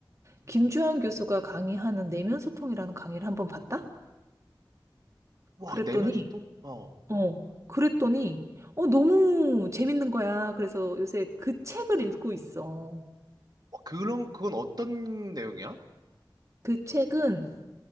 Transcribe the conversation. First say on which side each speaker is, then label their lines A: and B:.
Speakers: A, on the right (about 35°); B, on the right (about 55°).
A: 김주환 교수가 강의하는 내면 소통이라는 강의를 한번 봤다?
B: 와,
A: 그랬더니,
B: 내면 소통? 어.
A: 어, 그랬더니, 어, 너무 재밌는 거야. 그래서 요새 그 책을 읽고 있어.
B: 와, 그런, 그건 어떤 내용이야?
A: 그 책은